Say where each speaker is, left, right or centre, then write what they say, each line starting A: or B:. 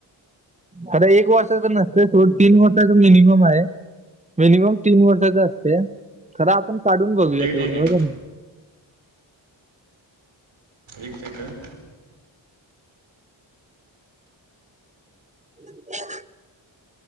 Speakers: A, on the right; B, on the right.
A: खर एक वर्षाच नसतं सोड तीन वर्षाच मिनिमम आहे. मिनिमम तीन वर्षाच असते खरं आपण काढून बघूया
B: एक
A: तेवढं
B: मिनिट
A: बघं ना.
B: एक सेकंड.
A: <unintelligible>